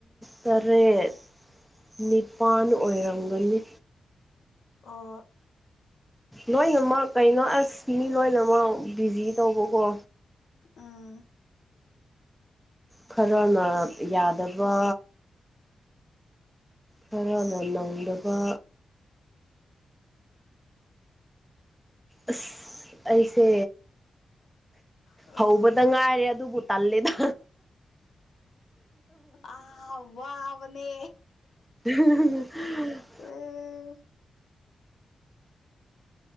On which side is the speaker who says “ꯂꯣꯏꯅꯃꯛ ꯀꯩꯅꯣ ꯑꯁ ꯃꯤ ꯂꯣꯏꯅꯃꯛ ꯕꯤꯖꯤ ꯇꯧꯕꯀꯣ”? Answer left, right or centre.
Centre